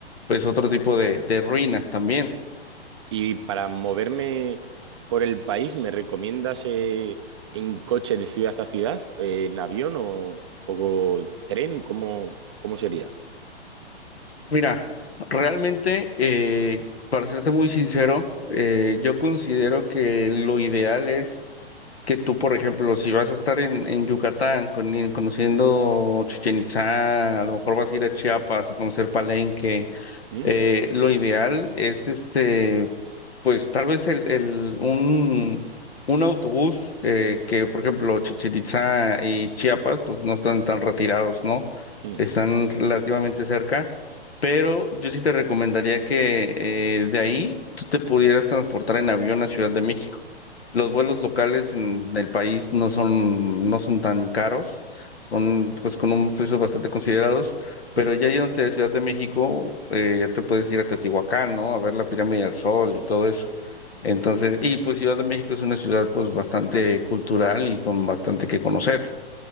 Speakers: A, on the left; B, on the right.
A: pues otro tipo de, de ruinas también.
B: Y para moverme por el país, ¿me recomiendas eh, en coche de ciudad a ciudad, eh, en avión o, o tren? ¿Cómo, cómo sería?
A: Mira, realmente, eh, para serte muy sincero, eh, yo considero que lo ideal es que tú, por ejemplo, si vas a estar en, en Yucatán con- en- conociendo Chichén Itzá, a lo mejor vas a ir a Chiapas a conocer Palenque,
B: ¿Mm?
A: eh, lo ideal es este pues tal vez el, el, un, un autobús eh, que, por ejemplo, Chichén Itzá y Chiapas, pues no están tan retirados, ¿no?
B: ¿Mm?
A: Están relativamente cerca, pero yo sí te recomendaría que eh, de ahí tú te pudieras transportar en avión a Ciudad de México. Los vuelos locales en el país no son, no son tan caros, son pues con un precio bastante considerados, pero
B: ¿Mm?
A: ya yéndote de Ciudad de México, eh, ya te puedes ir a Teotihuacán, ¿no? A ver la pirámide del Sol y todo eso. Entonces, y pues Ciudad de México es una ciudad pues bastante cultural y con bastante que conocer.